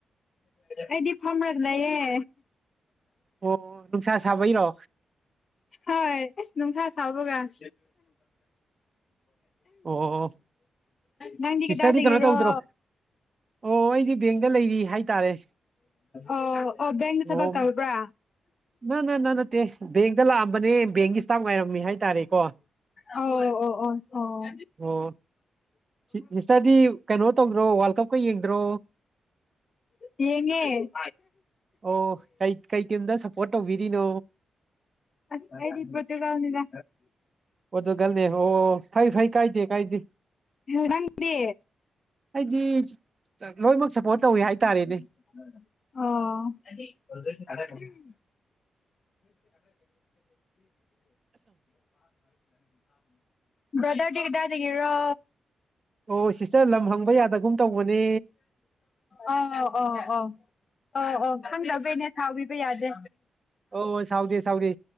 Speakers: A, on the left; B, on the right.
A: ꯑꯩꯗꯤ ꯐꯝꯔꯒ ꯂꯩꯌꯦ
B: ꯑꯣ ꯅꯨꯡꯁꯥ ꯁꯥꯕꯩꯔꯣ
A: ꯍꯣꯏ ꯑꯦꯁ ꯅꯨꯡꯁꯥ ꯁꯥꯕꯒ ꯑꯍꯥꯝ
B: ꯑꯣ
A: ꯅꯪꯗꯤ
B: ꯁꯤꯁꯇꯔꯗꯤ
A: ꯀꯗꯥꯏꯗꯩꯔꫭ
B: ꯀꯩꯅꯣ ꯇꯧꯗ꯭ꯔꯣ ꯑꯣ ꯑꯩꯗꯤ ꯕꯦꯡꯗ ꯂꯩꯔꯤ ꯍꯥꯏꯇꯥꯔꯦ
A: ꯑꯣ ꯑꯣ ꯕꯦꯡ ꯇ ꯊꯕꯛ
B: ꯑꯣ
A: ꯇꯧꯕ꯭ꯔꯥ
B: ꯅ ꯅ ꯅ ꯅꯠꯇꯦ ꯕꯦꯡꯇ ꯂꯥꯛꯑꯝꯕꯅꯦ ꯕꯦꯡꯒꯤ ꯏꯁꯇꯥꯐ ꯉꯥꯏꯔꯝꯃꯤ ꯍꯥꯏꯇꯥꯔꯦꯀꯣ
A: ꯑꯣ ꯑꯣ ꯑꯣ ꯑꯣ
B: ꯑꯣ ꯁꯤꯁꯇꯔꯗꯤ ꯀꯩꯅꯣ ꯇꯧꯗ꯭ꯔꯣ ꯋꯥꯔꯜ ꯀꯞꯀ ꯌꯦꯡꯗ꯭ꯔꯣ
A: ꯌꯦꯡꯉꯦ
B: ꯑꯣ ꯀꯩ ꯀꯩ ꯇꯤꯝꯗ ꯁꯄꯣꯠ ꯇꯧꯕꯤꯔꯤꯅꯣ
A: ꯑꯁ ꯑꯩꯗꯤ ꯄ꯭ꯔꯣꯇꯨ ꯒꯜꯅꯤꯗ
B: ꯄꯣꯔꯇꯨꯒꯜꯅꯦ ꯑꯣ ꯐꯩ ꯐꯩ ꯀꯥꯏꯗꯦ ꯀꯥꯏꯗꯦ
A: ꯍꯥ ꯅꯪꯗꯤ
B: ꯑꯩꯗꯤ ꯂꯣꯏꯅꯃꯛ
A: ꯑꫭ
B: ꯁꯞꯄꯣꯔꯠ ꯇꯧꯋꯤ ꯍꯥꯏꯇꯥꯔꯦꯅꯦ
A: <unintelligible> ꯕꫪꯗꯔꯗꯤ ꯀꯗꯥꯏꯗꯥꯒꯤꯔꯣ
B: ꯑꯣ ꯁꯤꯁꯇꯔ ꯂꯝ ꯍꯪꯕ ꯌꯥꯗꯒꯨꯝ ꯇꯧꯕꯅꯦ
A: ꯑꯥ ꯑꫭ ꯑꫭ ꯑꫭ ꯑꯣ ꯈꯪꯗꯥꯕꯩꯅꯦ ꯁꯥꯎꯕꯤꯕ ꯌꯥꯗꯦ
B: ꯑꯣ ꯁꯥꯎꯗꯦ ꯁꯥꯎꯗꯦ